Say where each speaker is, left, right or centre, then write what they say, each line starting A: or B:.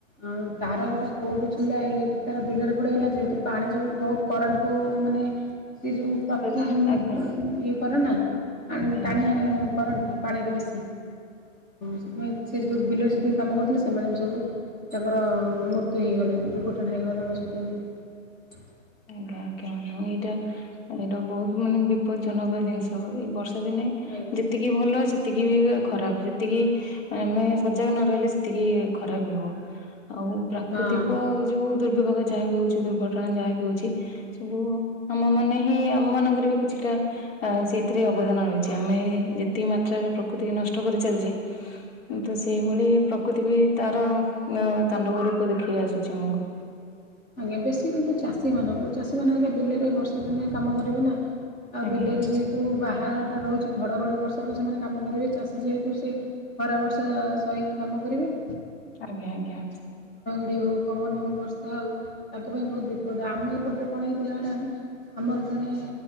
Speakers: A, on the left; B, on the left.
A: ଆଉ ତାର ଗୋଟା କୋଉଠୁ ଛି ପିଲା ଇଲେକ୍ଟ୍ରି ତାର ବିଲରେ ପଡିଗଲା ଯେହେତୁ ପାଣି ଯଉ ବହୁତ କରେଣ୍ଟ୍ ଓ ମାନେ ସିଏ ଯୋଉ <unintelligible>
B: ଆଜ୍ଞା ଆଜ୍ଞା
A: ଇଏ କର ନା ଆ
B: ଆଜ୍ଞା ଆଜ୍ଞା
A: ଟାଣି ହାଣି କରନ ପାଣିରେ ବେଶୀ ସେଥିପାଇଁ ସେ ଯୋଉ ବିଲର ଯେତିକି କାମ କରୁଥିଲେ ସେମାନେ ବି ସବୁ ତାଙ୍କର ମୃତ୍ୟୁ ହେଇଗଲା ଦୁର୍ଘଟଣା ହେଇଗଲା ତାଙ୍କ ସହିତ ଏମିତି
B: ଆଜ୍ଞା ଆଜ୍ଞା ମ୍ୟାଡ ଏଇଟା ଏଇଟା ବହୁତ ମାନେ ବିପଦଜନକ ଜିନିଷ ଏଇ ବର୍ଷ ା ଦିନେ
A: ଆଜ୍ଞା
B: ଯେତିକି ଭଲ ସେତିକି ବି ଖରାପ ସେତିକି ଆମେ ସଜାଗ ନ ରହିଲେ ସେତିକି ଖରାପ ହବ ଆଉ ପ୍ରାକୃତିକ
A: ହଁ
B: ଯୋଉ ଦୁର୍ ବିଭାଗ ଯାହା ହଉ ଦୁର୍ଘଟଣା ଯାହା ବି ହଉଛି ସବୁ ଆମ ମାନେ ହିଁ ଆମ ମାନଙ୍କରେ ବି କିଛିଟା ସେଇଥିରେ ଅବଦାନ ରହିଛି ଆମେ ଯେତିକି ମାତ୍ରାରେ ପ୍ରକୃତି ନଷ୍ଟ କରି ଚାାଲିଛେ ତ ସେଇଭଳି ପ୍ରକୃତି ବି ତାର ତାଣ୍ଡବ ରୂପ ଦେଖେଇ ଆସୁଛି ଆମକୁ
A: ଆଜ୍ଞା ବେଶୀ କିନ୍ତୁ ଚାଷୀ ମାନଙ୍କୁ ଚାଷୀ ସେମାନେ ଆଜ୍ଞା ବିଲରେ ବର୍ଷ ଦିନ କାମ କରିବେ ନା ଆଉ
B: ଆଜ୍ଞା
A: ବିଲରେ ଯେହେତୁ ବା ବାହାଟା ରହୁଛି ଘଡ଼ଘଡ଼ି ବର୍ଷା ତ ସେମାନେ କାମ କରିବେ ଚାଷୀ ଯେହେତୁ ସେ ଖରା ବର୍ଷା ସହହିକି କାମ କରିବେ
B: ଆଜ୍ଞା ଆଜ୍ଞା
A: ହଡ଼ି ହଉ ପବନ ହେଉ ବର୍ଷା ହେଉ ତାଙ୍କ ପାଇଁ ବହୁତ ବିପଦ ଆମ ଏପଟରେ କଣ ହେଇଥିଲା ମ୍ୟାଡାମ ଆମର ଜଣେ